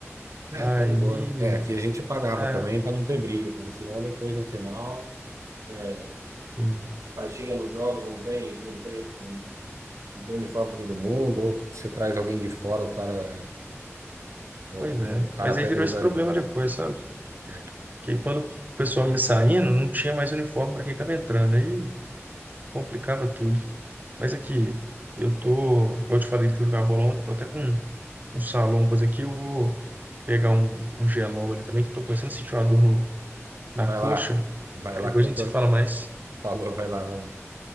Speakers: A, on the right; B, on the right.
A: É,
B: Aí,
A: tá de boa. É, aqui a gente pagava
B: é,
A: também para não ter briga, porque senão depois no final. É,
B: assim,
A: aí chega nos jogos, não tem, não tem, não não tem uniforme para todo mundo, ou você traz alguém de fora, o cara, o,
B: pois é.
A: o- o cara
B: Mas
A: pega
B: aí virou
A: o lugar
B: esse problema
A: de.
B: depois, sabe?
A: né?
B: Que aí quando o pessoal ia saindo, não tinha mais uniforme para quem estava entrando. Aí complicava tudo. Mas aqui, eu tô, como eu te falei, fui jogar bolão, tô até com um salompas aqui, eu vou pegar um, um gelol ali também, que eu tô começando a sentir uma dor no- na
A: Vai
B: coxa.
A: lá, vai
B: Aí
A: lá
B: depois
A: que eu
B: a
A: vou.
B: gente se fala
A: pra-
B: mais.
A: Falou, vai lá, vai lá.